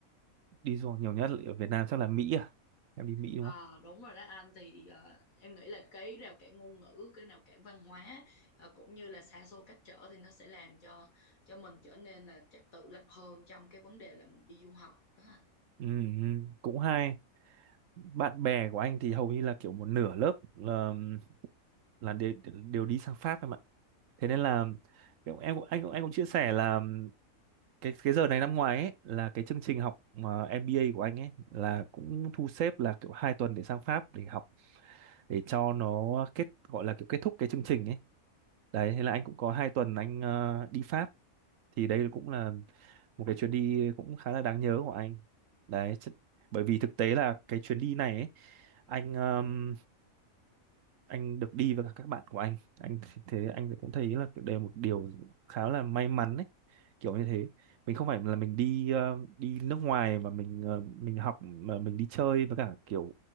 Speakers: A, on the right (about 70°); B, on the left (about 80°).
A: Đi du học nhiều nhất ở Việt Nam chắc là Mỹ à? Em đi Mỹ
B: à,
A: đúng không?
B: đúng rồi đó anh thì ờ, em nghĩ là cái rào cản ngôn ngữ cái rào cản văn hóa ờ, cũng như là xa xôi cách trở thì nó sẽ làm cho cho mình trở nên là chắc tự lập hơn trong cái vấn đề là mình đi du học đó anh.
A: Ừ, ừ, cũng hay. Bạn bè của anh thì hầu như là kiểu một nửa lớp là là đều, đều đi sang Pháp em ạ. Thế nên là kiểu em cũng anh cũng anh cũng chia sẻ là cái cái giờ này năm ngoái ấy, là cái chương trình học mà MBA của anh ấy là cũng thu xếp là kiểu hai tuần để sang Pháp để học để cho nó kết gọi là kiểu kết thúc cái chương trình ấy. Đấy, thế là anh cũng có hai tuần anh ờ, đi Pháp thì đây cũng là một cái chuyến đi cũng khá là đáng nhớ của anh đấy chứ- bởi vì thực tế là cái chuyến đi này ấy, anh um, anh được đi với cả các bạn của anh anh thế anh cũng thấy là đây là một điều khá là may mắn ấy kiểu như thế mình không phải là mình đi ờ, đi nước ngoài mà mình ờ, mình học mà mình đi chơi với cả kiểu